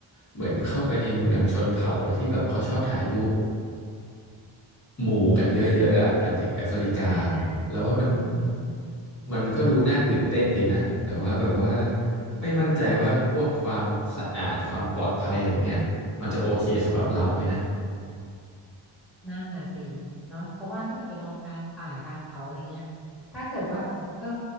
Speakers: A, on the left; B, in the centre.
A: เหมือนเข้าไปในเมืองชนเผ่าแล้วที่แบบเขาชอบถ่ายรูปหมู่กันเยอะๆอะกับเด็กแอฟริกา
B: ใช่ใช่
A: แล้วว่ามัน
B: อือฮึ
A: มันก็ดูน่าตื่นเต้นดีนะแต่ว่าแบบว่าไม่มั่นใจว่าพวกความสะอาดความปลอดภัยอะไรเงี้ยมันจะโอเคสำหรับเราไหมนะ
B: นั่นน่ะสิเนาะเพราะว่าถ้าเกิดไปนอนกลางป่ากลางเขาอะไรเงี้ยถ้าเกิดว่าเออ